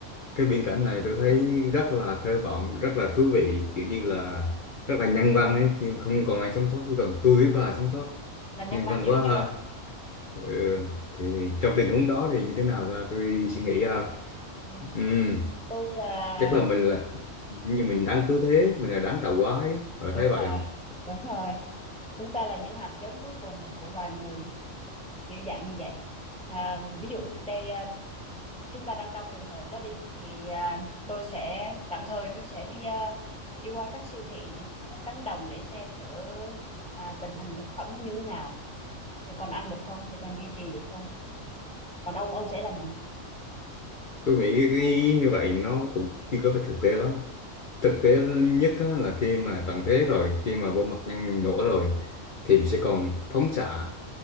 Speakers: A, on the left; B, in the centre.
A: Cái biên cảnh này tôi thấy rất là thơ vọng, rất là thú vị, kiểu như là rất là nhân văn ấy, khi mà không còn ai sống sót, chỉ còn tôi với bà sống sót.
B: Là nhân
A: Nhân
B: văn
A: văn
B: dữ
A: quá
B: chưa?
A: ha. Ừ, thì trong tình huống đó thì như thế nào ra tôi suy nghĩ ha.
B: Ừ.
A: Ừm,
B: Tôi là
A: chắc là mình là như mình đáng cứu thế, mình là đáng tạo hóa ấy, bà
B: đúng
A: thấy vậy
B: rồi,
A: không?
B: đúng rồi. Chúng ta là những hạt giống cuối cùng của loài người, kiểu dạng như vậy. À, ví dụ
A: Ừ.
B: đây à, chúng ta đang trong trường hợp đó đi thì à, tôi sẽ tạm thời tôi sẽ đi à, đi qua các siêu thị này, các cánh đồng để xem thử à, tình hình thực phẩm nó như thế nào để còn ăn được không để còn duy trì được không còn ông ông sẽ làm gì
A: tôi nghĩ cái như vậy nó cũng chưa có phải thực tế lắm thực tế nhất á, là khi mà tận thế rồi khi mà bom hạt nhân nổ rồi thì mình sẽ còn phóng xạ